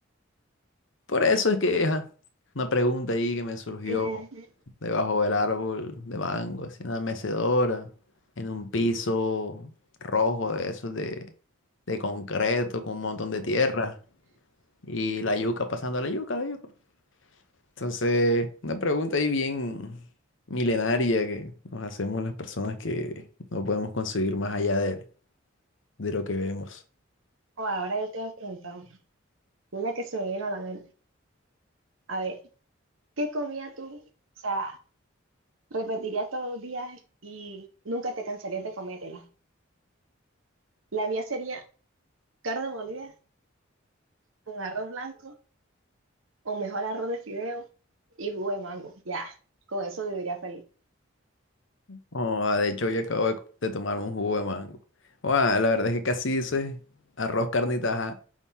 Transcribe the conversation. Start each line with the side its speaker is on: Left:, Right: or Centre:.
Left: Por eso es que ajá, una pregunta ahí que me surgió
Right: Ujú.
Left: debajo del árbol de mango, así en una mecedora, en un piso rojo de esos de, de concreto con un montón de tierra y la yuca pasando la yuca, la yuca. Entonces, una pregunta ahí bien milenaria que nos hacemos las personas que no podemos conseguir más allá de, de lo que vemos.
Right: O oh, ahora yo te voy a preguntar una, una que se me viene a la mente. A ver, ¿qué comía tú? O sea, repetirías todos los días y nunca te cansarías de comértela. La mía sería carne molida con arroz blanco o mejor arroz de fideo y jugo de mango. Ya, con eso viviría feliz.
Left: Oh, ah, de hecho, hoy acabo de, de tomar un jugo de mango. Oh, ah, la verdad es que casi dices arroz, carne y taja.